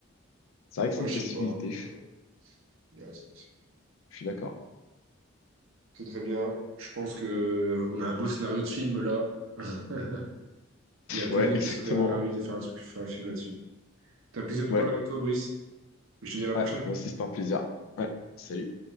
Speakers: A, on the left; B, on the right.
A: C'est vrai que
B: Ouais,
A: c'est une
B: je
A: possibilité.
B: sais pas. quoi.
A: Je
B: Ouais, c'est- c'est-
A: je suis d'accord.
B: C'est très bien. Je pense que on a un beau scénario de film là. <laughs> Il y a plus
A: Ouais,
B: d'un qui
A: exactement.
B: serait ravi de faire un truc, faire un film là-dessus. C'était un plaisir de
A: Ouais,
B: parler avec toi, Brice. Je te dis à la
A: ouais.
B: prochaine.
A: Moi aussi, c'était un plaisir. Ouais. Salut.